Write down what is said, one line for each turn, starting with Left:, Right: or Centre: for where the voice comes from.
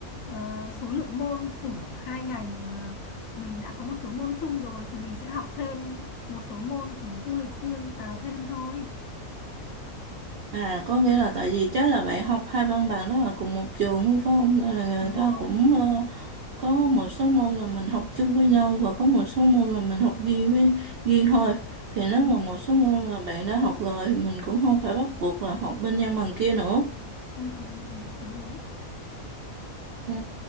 Left: ờ, số lượng môn của hai ngành mà mình đã có một số môn chung rồi thì mình sẽ học thêm một số môn của du lịch riêng vào thêm thôi
Right: À, có nghĩa là tại vì chắc là bạn học hai văn bằng đó là cùng một trường luôn phải không? Nên là người
Left: đúng
Right: ta
Left: rồi
Right: cũng ờ, có một số môn là mình học chung với nhau và có một số môn là mình học riêng với riêng thôi. Thì nếu
Left: ừ,
Right: mà một số môn mà bạn đã học rồi mình cũng không phải bắt buộc là học bên văn bằng kia nữa.
Left: ừ, ừ, ừ, ừ, đúng đúng
Right: Ừ,